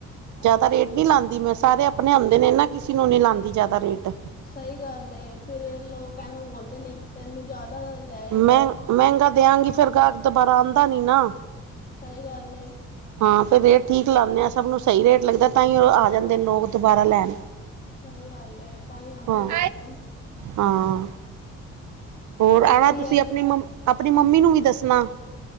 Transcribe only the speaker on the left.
ਅੱਛਾ।
ਸਹੀ ਗੱਲ ਏ, ਫਿਰ ਲੋਕ ਐਵੇਂ ਬੋਲਦੇ ਨੇ ਤੈਨੂੰ ਜ਼ਿਆਦਾ ਲਿਆਏ
ਮੈਨੂੰ ਕੰਮ
ਆ।
ਸਹੀ ਗੱਲ ਏ।
ਸਹੀ ਗੱਲ ਏ ਤਾਂ ਹੀ ਆਂਦੇ
ਆਉਣਗੇ।
ਹਰ
ਕੋਈ
ਆਏ